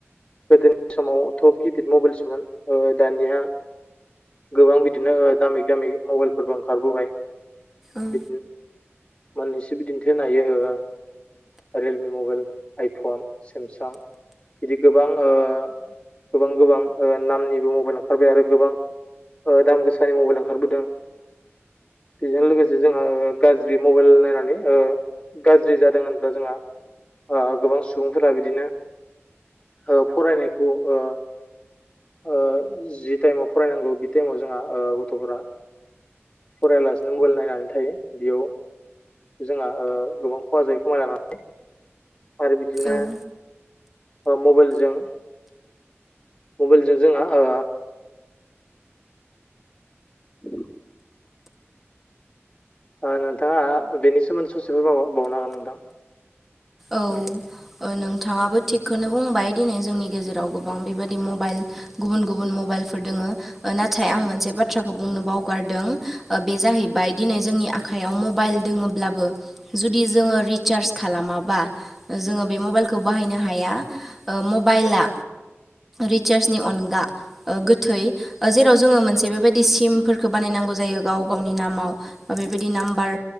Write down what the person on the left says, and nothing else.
गोदोनि समावथ' किपिड मबाइलसोमोन दानिया। गोबां बिदिनो दामि दामि मबाइलफोरबो ओंखारबोबाय
बि मोननैसो बिदिन्थि होनो हायो ओ रियेलमि मबाइल आइफन सेमसां बिदि गोबां ओ गोबां गोबां ओ नामनिबो मबाइल ओंखारबाय आरो गोबां ओ दाम गोसानि मबाइल ओंखारबोदों बेजों लोगोसे। जोंहा ओ गाज्रि मबाइल नायनानै ओ गाज्रि जादों होनब्ला जोंहा आ गोबां सुबुंफोरा बिदिनो ओ फरायनायखौ ओ ओ जि टाइमाव फरायनांगौ बि टाइमाव जोंहा ओ गथ'फोरा फरायालासेनो मबाइल नायनाय थायो बेयाव जोंहा ओ गोबां खहा जायो खमाय लानानै आरो बिदिनो
मबाइलजों मबाइलजों जोंहा ओ औ आ नोंथाङा बेनि सोमोन्दै ससेल माबा बावनो हागोन नोंथां।